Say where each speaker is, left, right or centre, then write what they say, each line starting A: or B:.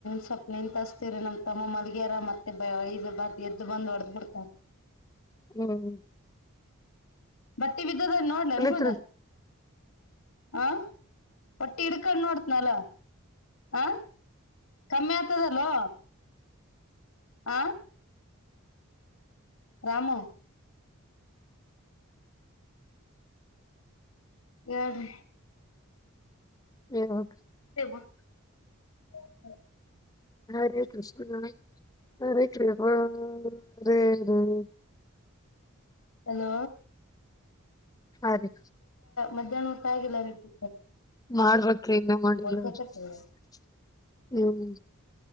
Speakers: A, on the left; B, on the left.
A: ಸ್ವಪ್ ನಿಂತಹಸ್ತೇವರಿ ನಮ್ ತಮ್ಮ ಮಲ್ಗ್ಯಾರ ಮತ್ತೆದು ಬದ್ ಎದ್ದು ಬಂದ್ ಹೊಡದ್ ಬಿಡ್ತಾರ. <unintelligible> <inaudible>
B: ಹ್ಮ್
A: ಬಟ್ಟಿ ಬಿದ್ದದ ನೋಡ್ಲ
B: ಪುನೀತ್
A: ಏನ್ ಗುಂಡ. ಹ ಬಟ್ಟಿ ಹಿಡ್ಕೊಂಡ ನೋಡ್ತನಲ ಹ ಕಮ್ಮಿ ಆಗ್ತದಲೋ. ಆ ರಾಮು. ಹೇಳ್ರಿ
B: ಏನ್.
A: <unintelligible> <inaudible>
B: ಹರೆೇ ಕೃಷ್ಣ ಹರೆೇ ರಾಮ ಹರೇ ಹರೇ
A: ಹಲೋ.
B: ಹಾದಿ
A: ಮಧ್ಯಾಹ್ನ ಊಟ ಆಗಿಲ್ಲ ನಿಮ್ದು.
B: ಮಾಡ್ಬೇಕ ಇನ್ನೆ ಮಾಡಿಲ್
A: ಹೊಡ್ಕಕತ್ತದ
B: ನೋಡ್ರಿ. <unintelligible> ಹ್ಮ್